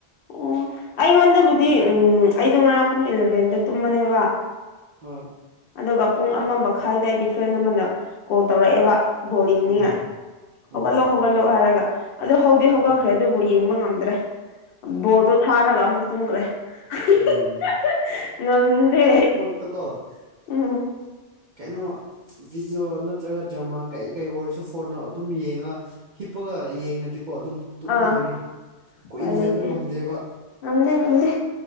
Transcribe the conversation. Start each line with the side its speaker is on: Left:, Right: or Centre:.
Left: ꯑꯣ ꯑꯩꯉꯣꯟꯗꯕꯨꯗꯤ ꯎꯝ ꯑꯩꯗꯣ ꯉꯔꯥꯡ ꯄꯨꯡ ꯏꯂꯚꯦꯟꯗ ꯇꯨꯝꯕꯅꯦꯕ
Right: ꯍꯣꯏ
Left: ꯑꯗꯨꯒ ꯄꯨꯡ ꯑꯃ ꯃꯈꯥꯏꯗ ꯑꯩꯒꯤ ꯐ꯭ꯔꯦꯟ ꯑꯃꯅ ꯀꯣꯜ ꯇꯧꯔꯛꯑꯦꯕ ꯕꯣꯜ ꯌꯦꯡꯅꯤꯡꯉꯥꯏ
Right: ꯎꯝ
Left: ꯍꯧꯒꯠꯂꯣ
Right: ꯑꯣ ꯑꯣ
Left: ꯍꯧꯒꯠꯂꯛꯑꯣ ꯍꯥꯏꯔꯒ ꯑꯗꯨ ꯍꯧꯗꯤ ꯍꯧꯒꯠꯈ꯭ꯔꯦ
Right: ꯑꯣ ꯑꯣ
Left: ꯑꯗꯨ ꯌꯦꯡꯕ ꯉꯝꯗ꯭ꯔꯦ ꯕꯣꯜꯗꯣ ꯊꯥꯔꯒ ꯑꯃꯨꯛ ꯇꯨꯝꯈ꯭ꯔꯦ
Right: ꯎꯝ
Left: <unintelligible> ꯉꯝꯗꯦ
Right: <unintelligible> ꯀꯣ
Left: ꯑꯝ
Right: ꯀꯩꯅꯣ ꯚꯤꯗꯤꯑꯣ ꯅꯠꯇ꯭ꯔꯒ ꯗ꯭ꯔꯃꯥ ꯀꯩ ꯀꯩ ꯑꯣꯏꯔꯁꯨ ꯐꯣꯟꯅꯣ ꯑꯗꯨꯝ ꯌꯦꯡꯉ ꯍꯤꯞꯄꯒ ꯌꯦꯡꯉꯗꯤꯀꯣ ꯑꯗꯨꯝ ꯇꯨꯝꯈ꯭ꯔꯅꯤ
Left: ꯑꯥ ꯎꯄꯥꯏ
Right: ꯀꯨꯏꯅ
Left: ꯂꯩꯇꯦ
Right: ꯂꯩꯕ ꯉꯝꯗꯦꯕ
Left: ꯉꯝꯗꯦ ꯉꯝꯗꯦ